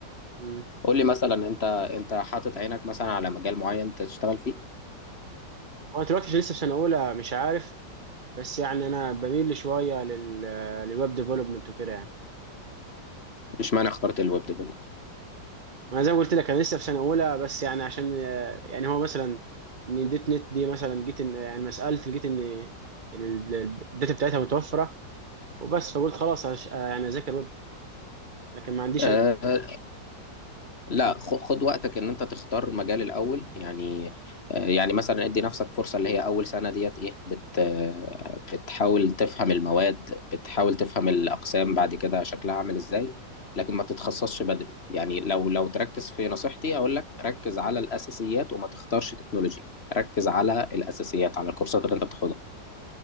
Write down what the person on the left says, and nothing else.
قول لي مثلا انت انت حاطط عينك مثلا على مجال معين تشتغل فيه
اشمعنى اخترت الويب ديفلوب
أه
لا خ- خد وقتك ان انت تختار مجال الاول يعني آه، يعني مثلا ادي نفسك فرصه اللي هي اول سنه ديت ايه بت آه، بتحاول تفهم المواد بتحاول تفهم الاقسام بعد كده شكلها عامل ازاي لكن ما تتخصصش بدري يعني لو لو تركز في نصيحتي اقول لك ركز على الاساسيات وما تختارش تكنولوجي ركز على الاساسيات على الكورسات اللي انت بتاخدها